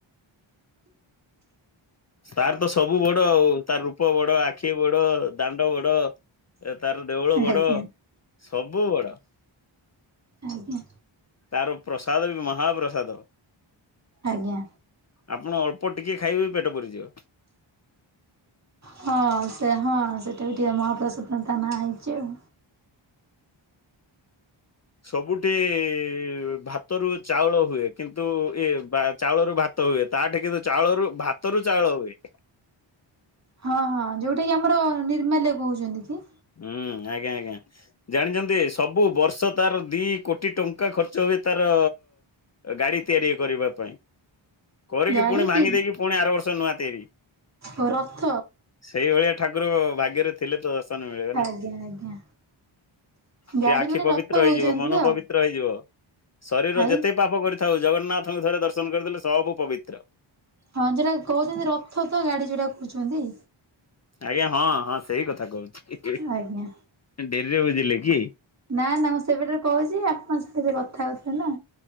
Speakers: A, on the left; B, on the right.
A: ତାର ତ ସବୁ ବଡ ଆଉ ତାର ରୂପ ବଡ ଆଖି ବଡ ଦାଣ୍ଡ ବଡ। ଏ ତାର ଦେଉଳ ବଡ
B: ଆଜ୍ଞା।
A: ସବୁ ବଡ।
B: ଆଜ୍ଞା।
A: ତାର ପ୍ରସାଦ ବି ମହାପ୍ରସାଦ।
B: ଆଜ୍ଞା?
A: ଆପଣ ଅଳ୍ପ ଟିକେ ଖାଇବେ ବି ପେଟ ପୁରିଯିବ।
B: ହଁ ସେ ହଁ ସେଟା ବି ଟିକେ ମହାପ୍ରସାଦ ବୋଲି ତାନାଁ ହେଇଛି ଆଉ।
A: ସବୁଠି ଇ ଭାତରୁ ଚାଉଳ ହୁଏ କିନ୍ତୁ ଏ ଚାଉଳ ରୁ ଭା ତ ହୁଏ ତାଠେ କିନ୍ତୁ ଚାଉଳରୁ ଭାତରୁ ଚାଉଳ ହୁଏ।
B: ହଁ ହଁ ଯୋଉଟା କି ଆମର ନିର୍ମାଲେ କହୁଛନ୍ତି କି?
A: ହୁଁ ଆଜ୍ଞା ଆଜ୍ଞା। ଜାଣିଛନ୍ତି ସବୁ ବର୍ଷ ତାର ଦି କୋଟି ଟଙ୍କା ଖର୍ଚ୍ଚ ହୁଏ ତାର ଗାଡି ତିଆରି କରିବା ପାଇଁ। କରିକି
B: ଗାଡି
A: ପୁଣି ଭାଙ୍ଗି
B: କି
A: ଦେଇକି ପୁଣି ଆର ବର୍ଷ ନୂଆ ତିଆରି।
B: ଓ ରଥ
A: ସେଇଭଳିଆ ଠାକୁର ଭାଗ୍ୟରେ ଥିଲେ ତ ମିଳିବେ ନା
B: ଆଜ୍ଞା ଆଜ୍ଞା।
A: ସେ
B: ଗାଡି
A: ଆଖି
B: ମାନେ
A: ପବିତ୍ର
B: ରଥ
A: ହେଇଯିବ
B: କହୁଛନ୍ତି
A: ମନ
B: ତ
A: ପବିତ୍ର ପବିତ୍ର ହେଇଯିବ ଶରୀର
B: ଭାଇ।
A: ଯେତେ ପାପ କରିଥାଉ ଜଗନ୍ନାଥଙ୍କୁ ଥରେ ଦର୍ଶନ କରିଦେଲେ ସବୁ ପବିତ୍ର।
B: ହଁ ଜୋଉରା କହୁଛନ୍ତି ରଥ ତ ଗାଡି ଯୋଟା କହୁଛନ୍ତି?
A: ଆଜ୍ଞା ହଁ ହଁ ସେଇ କଥା କହୁଛି
B: ଆଜ୍ଞା।
A: ଡେରିରେ ବୁଝିଲେ କି?
B: ନା ନା ମୁଁ ସେବେଠାରୁ କହୁଛି ଆପଣଙ୍କ ସାଥିରେ କଥାହଉ ଥିଲେନା।